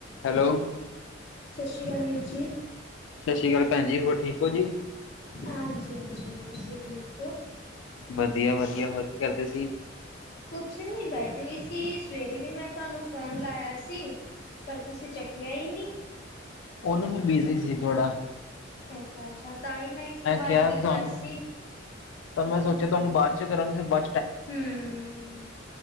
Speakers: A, on the left; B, on the left.
A: Hello
B: ਸਤਿ ਸ੍ਰੀ ਅਕਾਲ ਵੀਰ ਜੀ
A: ਸਤਿ ਸ਼੍ਰੀ ਅਕਾਲ ਭੈਣਜੀ ਹੋਰ ਠੀਕ ਹੋ ਜੀ।
B: ਹਾਂਜੀ ਹਾਂਜੀ ਤੁਸੀਂ ਠੀਕ ਹੋ।
A: ਵਧੀਆ ਵਧੀਆ ਹੋਰ ਕੀ ਕਰਦੇ ਸੀ।
B: ਕੁਛ ਨੀ ਬੈਠੀ ਹੋਈ ਸੀ ਸਵੇਰੇ ਵੀ ਮੈਂ ਤੁਹਾਨੂੰ ਫੋਨ ਲਾਇਆ ਸੀ ਪਰ ਤੁਸੀਂ ਚੱਕਿਆ ਹੀ ਨਹੀਂ।
A: ਉਹਨਾਂ ਮ ਬਿਜ਼ੀ ਸੀ ਥੋੜਾ
B: ਅੱਛਾ ਅੱਛਾ ਤਾਂ ਹੀ ਮੈਂ ਇੱਕੋ ਵਾਰੀ
A: ਕਿਹਾ ਕਿ
B: ਕੀਤਾ
A: ਤੁਹਾਨੂੰ
B: ਸੀ।
A: ਤਾਂ ਮੈਂ ਸੋਚਿਆ ਤੁਹਾਨੂੰ ਬਾਅਦ ਚ ਕਰਾਂ ਫਿਰ ਬ।
B: ਹਮ